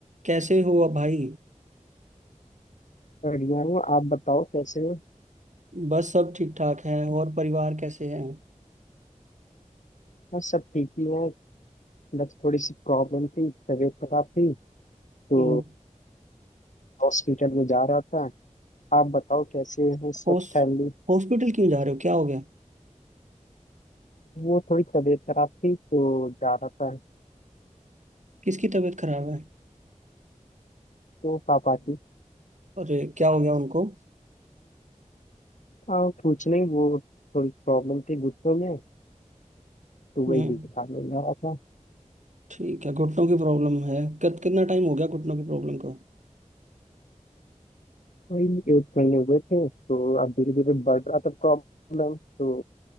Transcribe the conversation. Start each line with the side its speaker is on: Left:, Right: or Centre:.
Right: कैसे हो अब भाई
Left: बढ़िया हूँ आप बताओ कैसे हो
Right: बस सब ठीक ठाक है और परिवार कैसे है
Left: बस सब ठीक ही है बस थोड़ी सी प्रॉब्लम थी तबीयत खराब थी तो
Right: हम्म,
Left: हॉस्पिटल में जा रहा था आप बताओ कैसे हैं सब
Right: होस
Left: फैमिली
Right: हॉस्पिटल क्यों जा रहे हो क्या हो गया
Left: वो थोड़ी तबीयत खराब थी तो जा रहा था
Right: किसकी तबीयत खराब है
Left: तो पापा की
Right: अरे क्या हो गया उनको
Left: आ, कुछ नहीं वो थोड़ी प्रॉब्लम थी घुटनों में तो
Right: हम्म
Left: वही दिखाने जा रहा था
Right: ठीक है घुटनों की प्रॉब्लम है कित, कितना टाइम हो गया घुटनों की प्रॉब्लम को
Left: वही एक महीने हुए थे तो अब धीरे धीरे बढ़ रहा था प्रॉब्लम तो